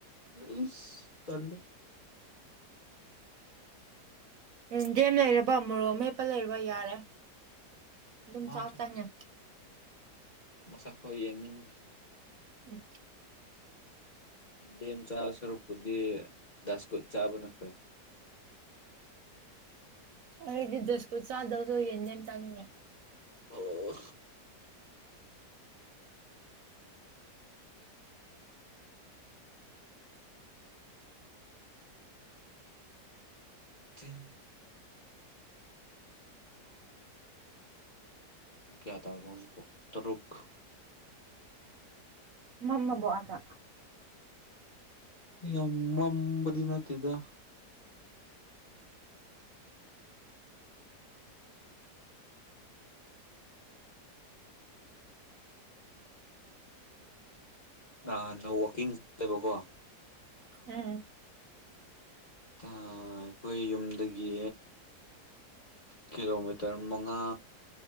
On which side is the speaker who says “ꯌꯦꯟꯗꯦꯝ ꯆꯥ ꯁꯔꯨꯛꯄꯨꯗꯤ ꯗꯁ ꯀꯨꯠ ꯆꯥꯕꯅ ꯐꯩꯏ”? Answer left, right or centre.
Left